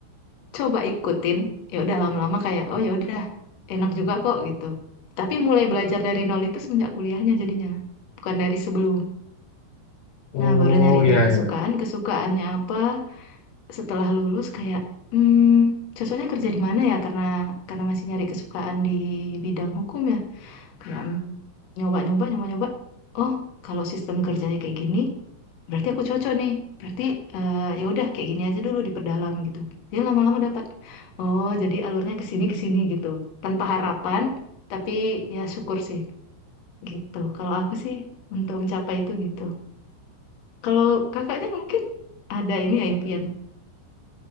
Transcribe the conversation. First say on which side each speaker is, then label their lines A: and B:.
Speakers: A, on the left; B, on the left.
A: coba ikutin ya udah lama-lama kayak oh ya udah enak juga kok gitu tapi mulai belajar dari nol itu semenjak kuliahnya jadinya bukan dari sebelum
B: Oh
A: nah baru nyari-nyari
B: ya
A: kesukaan
B: ya.
A: kesukaannya apa setelah lulus kayak hmm, cocoknya kerja di mana ya karena karena masih nyari kesukaan di bidang hukum ya kayak hmm, nyoba-nyoba nyoba-nyoba oh kalau sistem kerjanya kayak gini berarti aku cocok nih berarti eh, ya udah kayak gini aja dulu diperdalam gitu dia lama-lama dapat oh jadi alurnya ke sini ke sini gitu tanpa harapan tapi ya syukur sih gitu kalau aku sih untuk mencapai itu gitu kalau kakaknya mungkin ada ini ya impian